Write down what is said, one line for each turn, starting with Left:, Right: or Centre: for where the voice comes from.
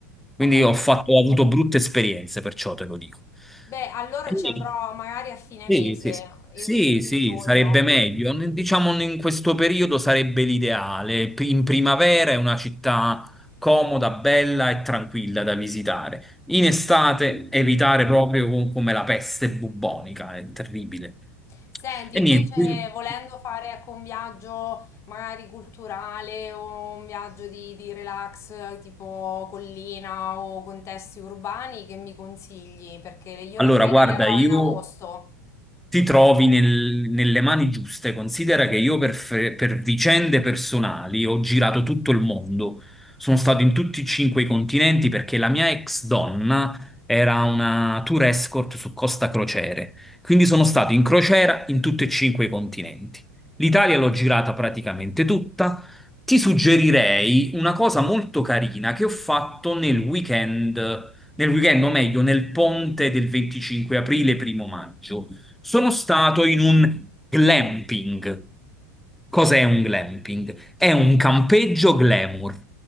Centre: Quindi
Left: ho capito.
Centre: ho fatto- ho avuto brutte esperienze, perciò te lo dico.
Left: Beh, allora
Centre: E-
Left: ci andrò magari a fine
Centre: sì,
Left: mese,
Centre: sì, sì,
Left: i
Centre: Sì,
Left: primi di
Centre: sì,
Left: giugno.
Centre: sarebbe meglio. N- Diciamo in questo periodo sarebbe l'ideale. P- In primavera è una città comoda, bella e tranquilla da visitare. In estate evitare proprio co- come la peste bubbonica, è terribile.
Left: Senti,
Centre: E
Left: invece
Centre: niente, quindi-
Left: volendo fare ecco, un viaggio magari culturale o un viaggio di, di relax eh, tipo collina o contesti urbani, che mi consigli? Perché io
Centre: allora
Left: le ferie
Centre: guarda,
Left: le avrò
Centre: io
Left: in agosto.
Centre: ti trovi nel- nelle mani giuste. Considera che io per, fe- per vicende personali ho girato tutto il mondo. Sono stato in tutti e cinque i continenti perché la mia ex donna era una tour escort su Costa Crociere. Quindi sono stato in crociera in tutti e cinque i continenti. L'Italia l'ho girata praticamente tutta. Ti suggerirei una cosa molto carina che ho fatto nel weekend, nel weekend, o meglio, nel ponte del 25 aprile, primo maggio. Sono stato in un glamping. Cos'è un glamping? È un campeggio glamour.